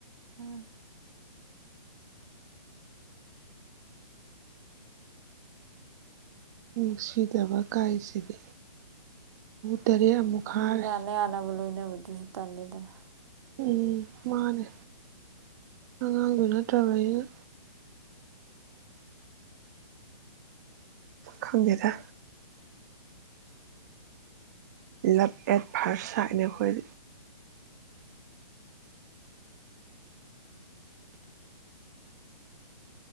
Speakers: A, on the right; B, on the right.
A: ꯎꯝ
B: ꯅꯨꯡꯁꯤꯗꯕ ꯀꯥꯏꯁꯤꯗꯤ ꯇꯔꯦꯠ ꯑꯃꯨꯛ ꯈꯥꯔꯦ
A: ꯃꯤ ꯌꯥꯅ ꯑꯅꯕꯨꯂ ꯗꯁꯨ ꯇꯜꯂꯤꯅꯤꯗꯅ
B: ꯎꯝ ꯃꯥꯅꯦ ꯑꯉꯥꯡꯗꯨ ꯅꯠꯇ꯭ꯔꯕ ꯑꯩꯅ ꯈꯪꯗꯦꯗ ꯂꯞ ꯑꯦꯠ ꯐꯥꯔꯁ ꯁꯥꯏꯅ ꯑꯩꯈꯣꯏ